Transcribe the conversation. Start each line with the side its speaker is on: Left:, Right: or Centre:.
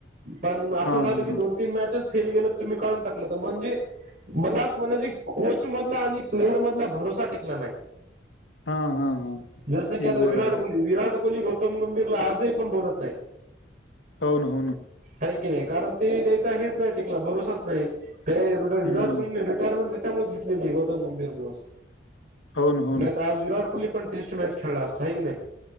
Right: पण असं
Left: हम् हा
Right: झालं
Left: हा
Right: की
Left: हा
Right: दोन तीन मॅचेस फेल गेले तुम्ही काढून टाकलं तर म्हणजे मला असं म्हणायचं कोचमधला आणि प्लेअर मधला भरोसा टिकला नाही.
Left: हा हा हा
Right: जस
Left: ते
Right: की आता
Left: बरोबर
Right: विराट
Left: आहे
Right: कोहली. विराट कोहली गौत उत्तम गंभीरला आजही कोण बोलत नाही.
Left: होन हो ना.
Right: हय की नाही, कारण ते त्या्यचा हेच नाही टिकला भरोसाच नाही, काय विराट
Left: हम्म
Right: कोहलीने रिटायरमेंट त्याच्यामुळेच घेतलेली गौतम गंभीर मुळं.
Left: हो ना हो
Right: नाही
Left: ना
Right: तर आज विराट कोहली पण टेस्ट मॅच खेळला असता, हय की नाही.